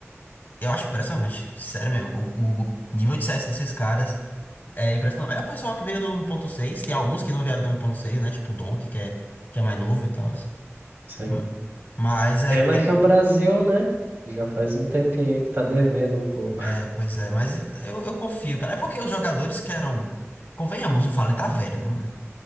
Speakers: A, on the left (about 40°); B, on the right (about 45°).
A: Eu acho impressionante. Sério mesmo. O, o nível de CS desses caras. É impressionante. É o pessoal que veio do 1.6. Tem alguns que não vieram do 1.6, né? Tipo o Donkey, que é, que é mais novo e tal.
B: Sim.
A: Hum. Mas é,
B: Pena
A: é,
B: que o Brasil, né? Já faz um tempinho aí que tá devendo um pouco.
A: é,
B: <laughs>
A: Pois é. Mas eu, eu confio, cara. É porque os jogadores que eram. Convenhamos, o Fallen tá velho, né, mano?